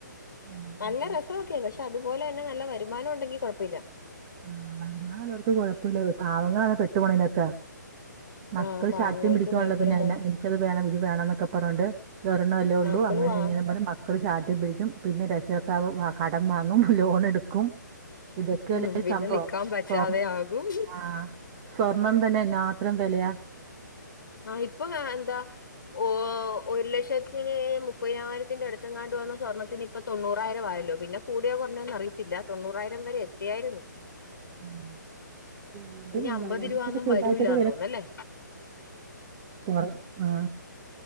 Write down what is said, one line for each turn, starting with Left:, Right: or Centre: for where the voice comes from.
Right: ഉം
Left: നല്ല രസവൊക്കെയാ പഷെ അതുപോലെ തന്നെ നല്ല വരുമാനം ഒണ്ടെങ്കി കൊഴപ്പില്ല
Right: ആഹ് വരുമാനം ഒള്ളർക്ക് കൊഴപ്പില്ല പാവങ്ങളായ പെട്ട് ട്ടുപോണേനൊക്കെ മക്കൾ
Left: ആഹ് പാവങ്ങൾക്ക്
Right: ശാട്യം പിടിക്കുവാണല്ലോ
Left: ഭയങ്കര
Right: പിന്നെ ആയിനെ
Left: പാട്
Right: എനി നിക്കത് വേണം ഇത് വേണം എന്നൊക്ക പറഞ്ഞോണ്ട് ഇതൊരെണ്ണവല്ലേ ഒള്ളൂ
Left: മക്കള്
Right: അങ്ങനെ
Left: വാ
Right: ഇങ്ങനെ പറഞ്ഞ് മക് ക്കൾ ഷാട്യം പിടിക്കും പിന്നെ രഷകർത്താവ് വാ കടം വാങ്ങും ലോൺ എടുക്കും ഇതൊക്കെല്ലേ
Left: ഉം
Right: ഇസംഭവം
Left: പിന്നെ നിക്കാൻ പറ്റാതെ
Right: സ്വർ
Left: ആകും
Right: ആഹ് സ്വർണ്ണം തന്നെ എന്നാത്തരം വെലയാ
Left: ആഹ് ഇപ്പൊ എഹ് എന്താ ഓ ഒരു ലക്ഷത്തിന് മുപ്പതിനായിരത്തിന്റെ അടുത്തങ്ങാണ്ട് വന്ന സ്വർണത്തിന് ഇപ്പം തൊണ്ണൂറായിരം ആയല്ലൊ പിന്നെ കൂടിയോ കുറഞ്ഞോന്ന് അറിയിത്തില്ല തൊണ്ണൂറായിരം വരെ എത്തിയാരുന്ന്
Right: ഉം. വീണ്ടും
Left: ഇനി അമ്പത് രൂപാന്നും
Right: ഒക്കെ ചെറുതായിട്ടൊക്കെ
Left: വരൂലാന്ന് തോന്ന്ന്നല്ലേ
Right: കൊറ ആഹ